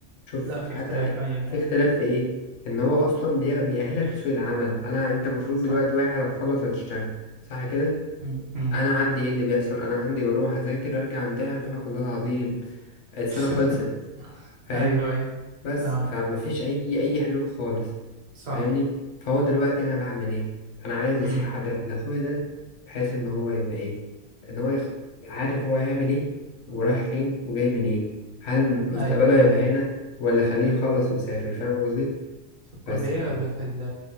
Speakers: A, on the left; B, on the right.
A: شوف
B: لا في
A: حتى
B: اختلاف ايوه أيوة،
A: في اختلاف في إيه إن هو أصلا بيغ- بيأهلك لسوق العمل أنا أنت المفروض
B: صح
A: دلوقتي واحد هتخلص هتشتغل صح كده
B: امم امم
A: أنا عندي إيه اللي بيحصل أنا عندي بروح أذاكر أرجع أمتحن سبحانك الله العظيم السنة
B: <laughs>
A: خلصت فاهم
B: ايوه ايوه
A: بس
B: اه
A: فما فيش اي اي حلول خالص
B: صح
A: فاهمني فهو دلوقتي انا بعمل ايه انا عايز نصيحة
B: امم
A: ل- لاخويا ده بحيث ان هو يبقى ايه ان هو يخ... عارف هو هيعمل ايه ورايح فين وجاي منين هل مستقبله
B: ايوه
A: هيبقى
B: ايوه
A: هنا ولا خليه يخلص ويسافر فاهم قصدي
B: في الكلية
A: بس كده
B: ولا في ال